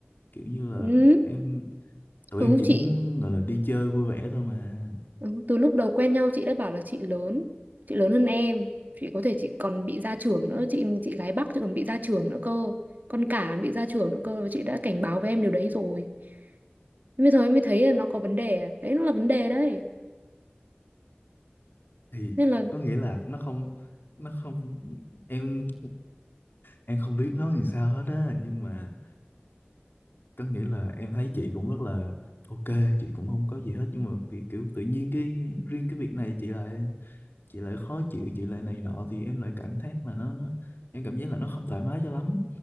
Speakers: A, on the left (about 55°); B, on the right (about 45°).
A: kiểu như là
B: ừ.
A: em tụi
B: Ừ,
A: em chỉ
B: chị
A: muốn gọi là đi chơi vui vẻ thôi mà
B: Ừ, từ lúc đầu quen nhau chị đã bảo là chị lớn chị lớn hơn em chị có thể chị còn bị ra trưởng nữa chị chị gái Bắc chị còn bị ra trưởng nữa cơ con cả bị ra trưởng nữa cơ và chị đã cảnh báo với em điều đấy rồi bây giờ em mới thấy là nó có vấn đề đấy nó là vấn đề đấy
A: thì
B: nên là
A: có nghĩa là nó không nó không em em không biết nói làm sao hết á nhưng mà có nghĩa là em thấy chị cũng rất là ok chị cũng không có gì hết nhưng mà kiểu, kiểu tự nhiên cái riêng cái việc này chị lại chị lại khó chịu chị lại này nọ thì em lại cảm giác là nó nó em cảm giác là nó không thoải mái cho lắm